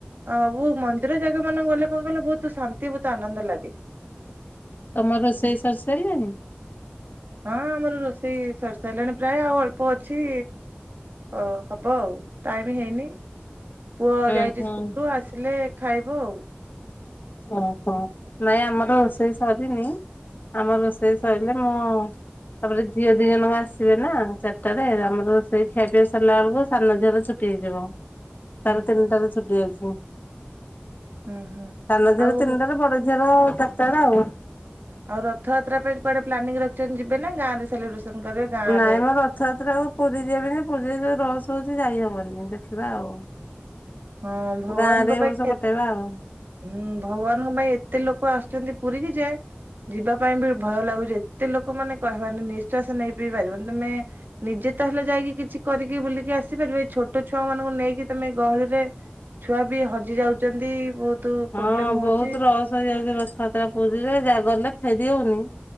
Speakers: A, on the right; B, on the left.
A: ଆ ଉ ମନ୍ଦିର ଜାଗା ମାନଙ୍କୁ ଗଲେ କଣ କଲେ ବହୁତ ଶାନ୍ତି ବହୁତ ଆନନ୍ଦ ଲାଗେ।
B: ତମ ରୋଷେଇ ସରି ସାଇଲାଣି।
A: ହଁ ଆମର ରୋଷେଇ ସରି ସାଇଲାଣି ପ୍ରାୟ ଆଉ ଅଳ୍ପ ଅଛି। ଅ ହବ ଆଉ ଟାଇମ ହେଇନି। ପୁଅ
B: ହୁଁ
A: ଯାଇଛି
B: ହୁଁ
A: ସ୍କୁଲ ଆସିଲେ ଖାଇବ ଆଉ।
B: ଓହୋ ନାଇଁ ଆମର ରୋଷେଇ ସରିନି। ଆମର ରୋଷେଇ ସଇଲେ ମୁଁ। ତାପରେ ଝିଅ ଦି ଜଣ‌ ଜାକ ଆସିବେ ନା ଚାରିଟା ରେ ଆମ ରୋଷେଇ ଖିଆ ପିଆ ସରିଲା ବେଳକୁ ସାନ ଝିଅର ଛୁ ଟି ହେଇଯିବ
A: ହୁଁ
B: ତାର
A: ହୁଁ
B: ତିନିଟାରେ ଛୁଟି ଅଛି।
A: ହୁଁ ହୁଁ।
B: ସାନ ଝିଅ
A: ଆଉ
B: ର ତିନିଟା ରେ ବଡ ଝିଅର ଚାରିଟା ରେ ଆଉ।
A: ଆଉ ରଥଯାତ୍ରା ପାଇଁ କୁଆଡେ ପ୍ଲାନିଙ୍ଗ ରଖିଛନ୍ତି ଯିବେ ନା ଗାଁରେ ସେଲିବ୍ରେସନ କରିବେ। ଗାଁ
B: ନାଇଁ
A: ରେ
B: ମ ରଥଯାତ୍ରାକୁ ପୁରୀ ଯିବା ପାଇଁ ଯେ ପୁରୀରେ ଯୋଉ ରସ ହଉଛି ଯାଇ ହବନି ଦେଖିବା ଆଉ।
A: ହଁ ଭଗବାନଙ୍କ
B: ଗାଁରେ ଏଇ
A: ପାଇଁ
B: ବର୍ଷ
A: ଏ
B: କଟେଇବା
A: ହୁଁ
B: ଆଉ।
A: ଭଗବାନଙ୍କ ପାଇଁ ଏତେ ଲୋକ ଆସୁଛନ୍ତି ପୁରୀ କିି ଯେ। ଯିବା ପାଇଁ ବି ଭୟ ଲାଗୁଛି ଏତେ ଲୋକ ମାନେ କହିବାର‌ ନାଇ ନିଃଶ୍ଵାସ ନେଇ ବି ପାରିବନି ତମେ। ନିଜେ ତ ହେଲେ ଯାଇକି କିଛି କରିକି ବୁଲିକି ଆସିପାରିବ ଏଇ ଛୋଟ ଛୁଆ ମାନଙ୍କୁ ନେଇକି ତମେ ଗହଳିରେ। ଛୁଆ ବି ହଜି ଯାଉଛନ୍ତି ବହୁତ।
B: ହଁ
A: ପ୍ରୋବ୍ଲେମ ହଉଛି
B: ବହୁତ ରସ୍ ହେଇଯାଉଛି ରଥୟାତ୍ରା ପୁରୀରେ ଯା ଗଲେ ଫେରି ହଉନି।